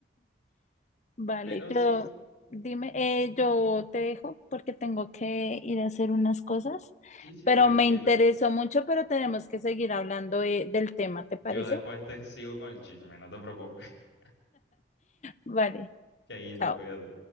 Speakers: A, on the left; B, on the left.
A: Vale,
B: Pero
A: yo,
B: sí,
A: dime, eh, yo te dejo porque tengo que ir a hacer unas cosas,
B: sí, sí,
A: pero
B: tranquila.
A: me interesó mucho, pero tenemos que seguir hablando de- del tema, ¿te
B: Yo
A: parece?
B: después te sigo con el chisme, no te preocupes. <laughs>
A: Vale,
B: Chaito,
A: chao.
B: cuídate.